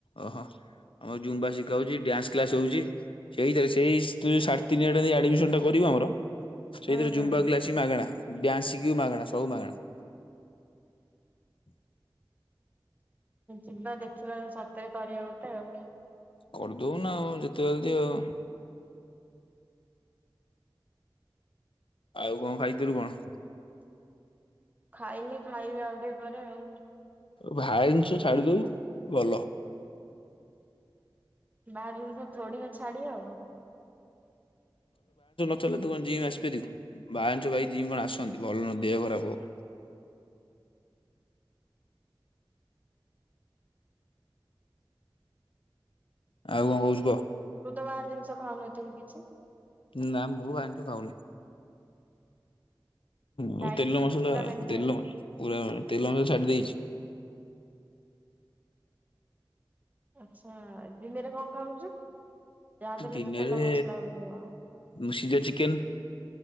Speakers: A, on the left; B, on the right.
A: ଓହୋ। ଆମ ଜୁମ୍ବା ଶିକା ହଉଛି ଡ୍ୟାନ୍ସ କ୍ଲାସ ହଉଛି। ସେଇ ସେଇଠି ସାଢେ ତିନିହଜାରଟା ଦେଇ ଆଡମିସନ ଟା କରିବୁ ଆମର ସେଇଥିରେ
B: ହୁଁ ହୁଁ
A: ଜୁମ୍ବା କ୍ଲାସ ବି ମାଗଣା ଡ୍ୟାନ୍ସ ଶିଖିବୁ ମାଗଣା ସବୁ ମାଗଣା। ହ
B: ଯିବା ଦେଖିବା ସତରେ କରିବା ଗୋଟେ ଆଉ।
A: କରିଦଉନା ଆଉ ଯେତେ ଜଲଦି ଆଉ। ଆଉ କଣ ଖାଇଥିଲୁ କଣ?
B: ଖାଇନି ଖାଇବି ଆଉ ଟିକେ ପରେ ଆଉ।
A: ଭାଆର ଜିନିଷ ଛାଡିଦବୁ ଭଲ।
B: ବାହାର ଜିନିଷ ଥୋଡିିନା ଛାଡି ହବ।
A: ତ ତୁକଣ ଜିମ୍ ଆସି ପାରିବୁ ବାହା ଜିନିଷ ଖାଇ ଜିମ୍ କଣ ଆସନ୍ତି ଭଲ ନୁହଁ ଦେହ ଖରାପ ହବ। ଆଉ କଣ କହୁଛୁ କହ?
B: ତୁ ବାହାର ଜିନିଷ ଖାଉନଥିବ କିଛି?
A: ନା ମୁଁ ଆଇଁଷ ଖାଉନି। ହୁଁ
B: ଡାଇଟ୍
A: ତେଲ ମସଲା
B: ପୁରା ମେଣ୍ଟେନ।
A: ତେଲ ପୁରା ତେଲ ମ ଛାଡି ଦେଇଛି।
B: ଆଚ୍ଛା ଦିନରେ କଣ ଖାଉଛୁ? ଯାହାବି ହେଲେ
A: ଦିନରେ
B: ତ ତେଲ ମସଲା ହଉଥିବ।
A: ଉଁ ସିଝା ଚିକେନ।